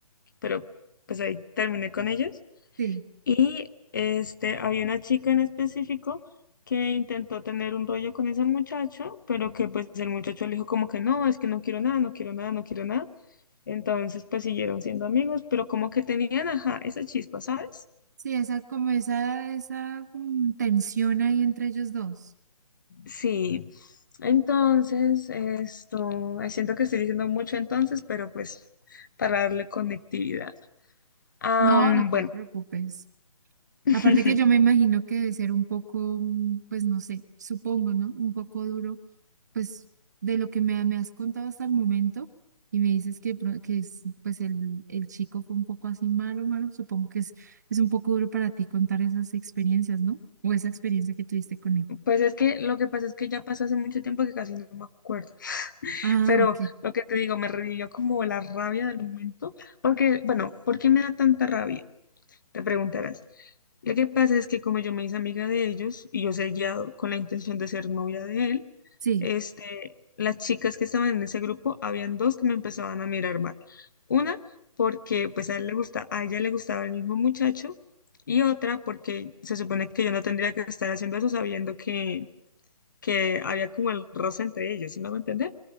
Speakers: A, on the left (about 30°); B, on the right (about 30°).
A: pero pues ahí terminé con ellos.
B: Sí,
A: Y este, había una chica en específico que intentó tener un rollo con ese muchacho, pero que pues el muchacho le dijo como que no, es que no quiero nada, no quiero nada, no quiero nada. Entonces pues siguieron siendo amigos, pero como que tenían, ajá, esa chispa, ¿sabes?
B: sí, esa, como esa, esa mm, tensión ahí entre ellos dos.
A: Sí, entonces, esto, ay, siento que estoy diciendo mucho entonces, pero pues para darle conectividad. Am,
B: No, no te
A: bueno,
B: preocupes.
A: <laughs>
B: Aparte que yo me imagino que debe ser un poco, mm, pues no sé, supongo, ¿no? Un poco duro, pues de lo que me, me has contado hasta el momento. Y me dices que, pro- que es, pues el, el chico fue un poco así malo, malo. Supongo que es, es un poco duro para ti contar esas experiencias, ¿no? O esa experiencia que tuviste con él.
A: pues es que lo que pasa es que ya pasó hace mucho tiempo que casi no me acuerdo,
B: Ah,
A: pero
B: ok.
A: lo que te digo, me revivió como la rabia del momento, porque, bueno, ¿por qué me da tanta rabia? Te preguntarás. Lo que pasa es que como yo me hice amiga de ellos y yo seguía con la intención de ser novia de él,
B: Sí,
A: este, las chicas que estaban en ese grupo, habían dos que me empezaban a mirar mal. Una porque pues a él le gusta, a ella le gustaba el mismo muchacho y otra porque se supone que yo no tendría que estar haciendo eso sabiendo que, que había como el roce entre ellos, ¿sí me va a entender?